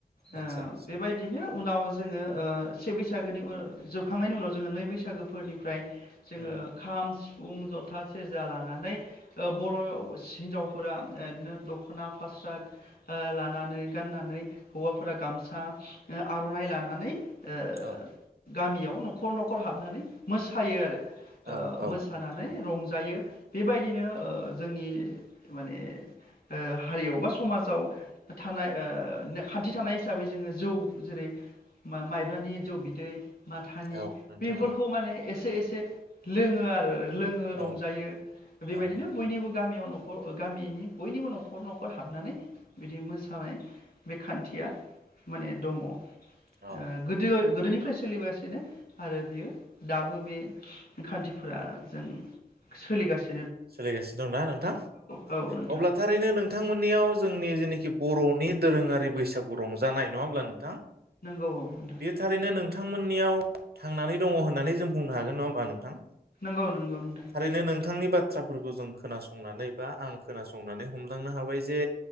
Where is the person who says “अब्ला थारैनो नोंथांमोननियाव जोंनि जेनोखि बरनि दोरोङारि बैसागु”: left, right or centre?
Right